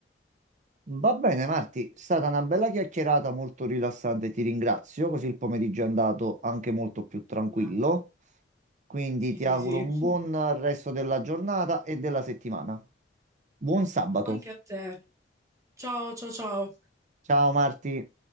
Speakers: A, on the right (about 40°); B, on the right (about 15°).
A: Va bene, Marti, è stata una bella chiacchierata molto rilassante, ti ringrazio, così il pomeriggio è andato anche molto più tranquillo.
B: Me.
A: Quindi
B: Sì,
A: ti
B: sì,
A: auguro
B: sì.
A: un
B: <laughs>
A: buon resto della giornata e della settimana. Buon sabato.
B: Anche a te. Ciao, ciao, ciao.
A: Ciao Marti.